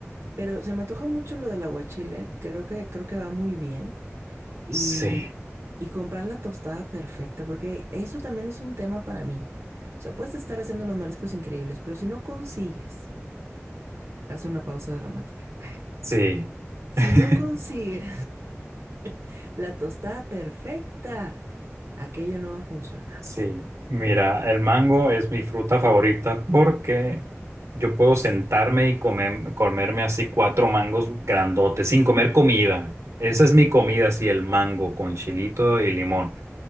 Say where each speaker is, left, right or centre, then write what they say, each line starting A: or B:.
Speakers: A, on the right (about 60°); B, on the right (about 80°).
A: Pero se me antoja mucho lo del aguachile, creo que, creo que va muy bien. Y,
B: Sí,
A: y comprar la tostada perfecta, porque eso también es un tema para mí. O sea, puedes estar haciendo los mariscos increíbles, pero si no consigues, hace una pausa dramática. <laughs>
B: sí,
A: Si
B: <laughs>
A: no consigues <laughs> la tostada perfecta, aquello no va a funcionar.
B: sí. Mira, el mango es mi fruta favorita porque yo puedo sentarme y comer, comerme así cuatro mangos grandotes sin comer comida. Esa es mi comida, así el mango con chilito y limón.